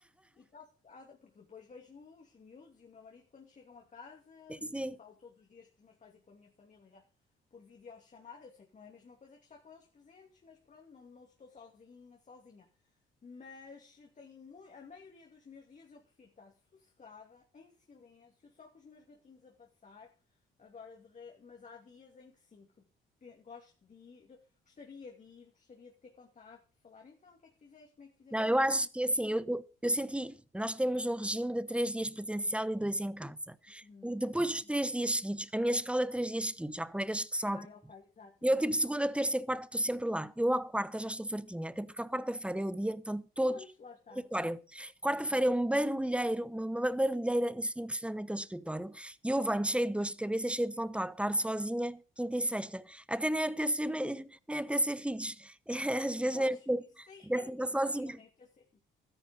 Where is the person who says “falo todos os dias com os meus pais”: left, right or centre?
Left